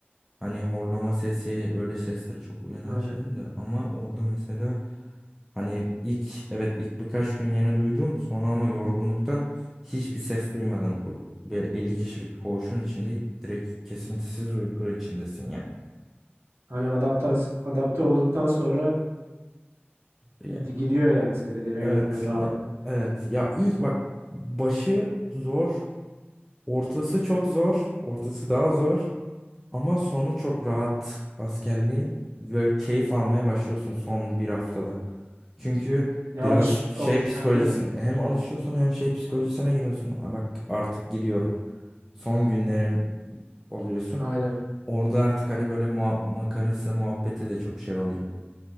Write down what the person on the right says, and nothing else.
aynen.
Hani adaptas adapte olduktan sonra
gidiyor yani senin dediğine
göre rahat.
E
alış
alışıyorsun
değil mi?
Aynen.